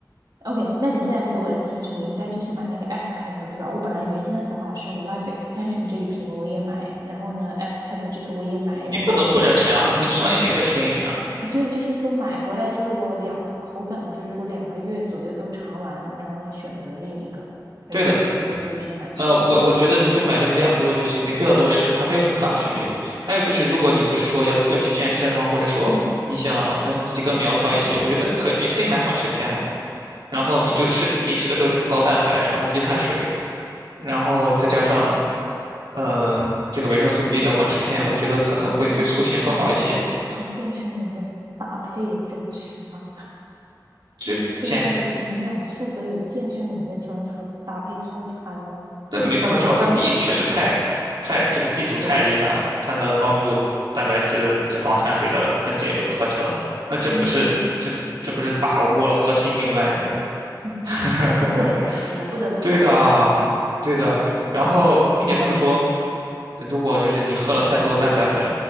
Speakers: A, on the right (about 65°); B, on the right (about 80°).
A: OK。那你现在给我的建议是我应该就先买那个 S 开头，对吧？我本来原先的想法是我 Life Extension 这一瓶我也买，然后呢 S 开头这个我也买，然后我两个回来
B: 你不能混着吃啊，你可能吃完一瓶再吃另一瓶儿
A: 啊，对，就是说买回来之后我两个口感就是说两个月左右都尝完，然后呢选择另一个，还是说你觉得我就先买一个？
B: 对的，呃，我我觉得你就买那个量多的就行，没必要都吃，它没有什么大区别。还有就是，如果你不是说要要去健身吗？或者说你想让自己更苗条一些，
A: 嗯，
B: 我觉得可以也可以买缓释片嘛。然后你就吃饮食的时候就高蛋白，然后低碳水，然后再加上呃这个维生素 B 的缓释片，我觉得可能会对塑形更好一些。
A: 哇，好健好健身人的搭配呀、这个吃法，
B: 就减
A: 现在的营养素都有健身人的专属搭配套餐了，
B: 但没办法，主要它 B 确实太太这个 B
A: 缺了。
B: 族太厉害了，它能帮助蛋白质、脂肪、碳水的分解和合成。那这不是这这不是把握了核心命脉？
A: 嗯，
B: 这
A: <laughs>
B: <laughs>
A: 就不得不吃了，不得不花这个钱了。
B: 对的，对的。然后，并且他们说，如果就是你喝了太多蛋白粉，